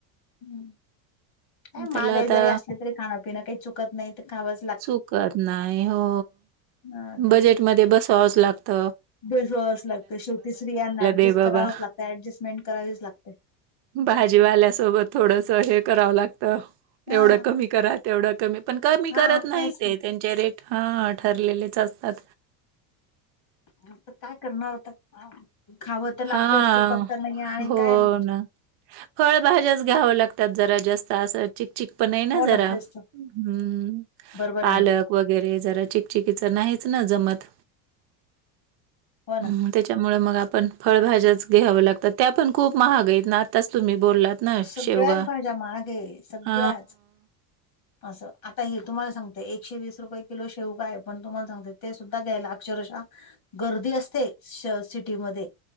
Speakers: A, on the left (about 50°); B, on the right (about 55°).
A: हम्म काय माहगाई
B: त्याला आता
A: जरी असली तरी खाण पिण काही चुकत नाही ते खावच
B: चुकत नाही हो
A: हां,
B: बजेटमध्ये बसवावच लागत.
A: बसवावच लागतं शेवटी स्त्रियांना ऍडजस्ट
B: दे बाबा.
A: करावच लागतं ऍडजस्टमेंट करावीच लागते.
B: भाजीवाल्यासोबत थोडस हे करावं लागत
A: हा
B: एवढं कमी करा. तेवढं कमी पण कमी
A: हा
B: करत
A: तेच
B: नाही ते
A: ना
B: त्यांचे रेट हं ठरलेलेच असतात.
A: त काय करणार आता खावं तर लागत
B: हां,
A: चुकत त नाहीे आणि
B: हो
A: काय?
B: ना. फळभाज्याच घ्यावं लागतात जरा जास्त असं चिकचिक पण आहे ना
A: हो
B: जरा
A: तेच तर
B: हम्म
A: बरोबर
B: पालक
A: आहे ना
B: वगैरे जरा चिकचिकीच नाहीच ना जमत
A: हो ना
B: हम्म त्याच्या त्यामुळे मग आपण फळभज्याच घ्याव लागतात, त्या पण खूप महाग आहेत ना आताच तुम्ही बोललात. नाई
A: सगळ्याच
B: शेवगा
A: भाज्या महाग आहे सगळ्याच
B: आ
A: असं आता हे तुम्हाला सांगते एकशे वीस रुपये किलो शेवगा हाय पण तुम्हाला सांगते ते सुद्धा द्यायला अक्षरशः गर्दी असते श सिटीमध्ये.